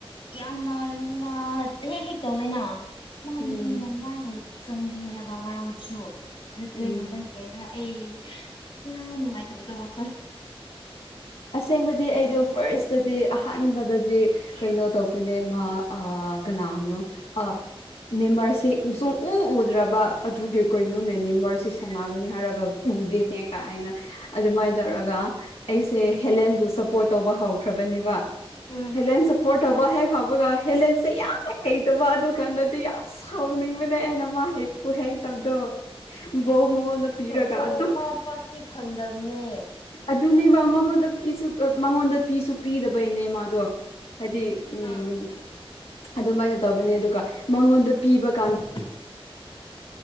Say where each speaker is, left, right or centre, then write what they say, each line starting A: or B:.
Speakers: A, on the left; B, on the left.
A: ꯌꯥꯝꯅ ꯂꯨꯅ ꯍꯦꯛ ꯍꯦꯛ ꯇꯧꯏ ꯑꯣꯏꯅ ꯃꯥꯒꯤꯗꯤ
B: ꯎꯝ
A: ꯌꯥꯝ ꯂꯥꯏꯅ ꯆꯪꯕꯤꯌꯦ ꯍꯥꯏꯕ ꯃꯔꯝꯁꯨ ꯔꯤꯄ꯭ꯂꯦꯒꯨꯝꯕ
B: ꯎꯝ
A: ꯅ ꯑꯩ ꯌꯥꯝ ꯅꯨꯡꯉꯥꯏꯇꯕꯗꯣ ꯋꯥꯈꯜ
B: ꯑꯁꯦꯡꯕꯗꯤ ꯑꯩꯗꯣ ꯐꯥꯔꯁꯇꯗꯤ ꯑꯍꯥꯟꯕꯗꯗꯤ ꯀꯩꯅꯣ ꯇꯧꯕꯅꯦ ꯃꯥ ꯀꯅꯥꯅꯣ ꯑ ꯅꯤꯃꯔꯁꯦꯁꯣꯡꯎ ꯎꯗ꯭ꯔꯕ ꯑꯗꯨꯒꯤ ꯀꯣꯏꯩꯅꯣꯅꯦ ꯅꯤꯃꯔꯁꯤ ꯁꯥꯟꯅꯒꯅꯤ ꯍꯥꯏꯔꯒ ꯎꯗꯦ ꯀ ꯑꯩꯅ ꯑꯗꯨꯃꯥꯏꯅ ꯇꯧꯔꯒ ꯑꯩ ꯁꯦ ꯍꯦꯂꯦꯟꯕꯨ ꯁꯞꯄꯣꯔꯠ ꯇꯧꯕ ꯍꯧꯈ꯭ꯔꯕꯅꯦꯕ
A: ꯎꯝ
B: ꯍꯦꯂꯦꯟ ꯁꯞꯄꯣꯔꯠ ꯇꯕ ꯍꯦꯛ ꯍꯥꯎꯕꯒ ꯍꯦꯂꯦꯟꯁꯦ ꯌꯥꯝꯅ ꯍꯩꯇꯕ ꯑꯗꯨ ꯀꯥꯟꯗꯗꯤ ꯁꯥꯎꯅꯤꯡꯕꯅꯦ ꯑꯩꯅ ꯃꯥ ꯍꯦꯛꯄꯨ ꯍꯩꯇꯕꯗꯣ ꯕꯣꯜ ꯃꯉꯣꯟꯗ ꯄꯤꯔꯒ
A: ꯕꯣꯜ
B: ꯑꯗꯨꯝ
A: ꯃꯥ ꯄꯥꯛꯇꯤ ꯐꯪꯗꯝꯕꯅꯦ
B: ꯑꯗꯨꯅꯦꯕ ꯃꯉꯣꯟꯗ ꯐꯤꯁꯨ ꯃꯉꯣꯟꯗ ꯐꯤꯁꯨ ꯄꯤꯗꯕꯩꯅꯦ ꯃꯥꯗꯣ ꯍꯥꯏꯗꯤ ꯎꯝ
A: ꯑꯥ
B: ꯑꯗꯨꯃꯥꯏꯅ ꯇꯧꯕꯅꯦ ꯑꯗꯨꯒ ꯃꯉꯣꯟꯗ ꯄꯤꯕ ꯀꯥꯟꯗ
A: <unintelligible>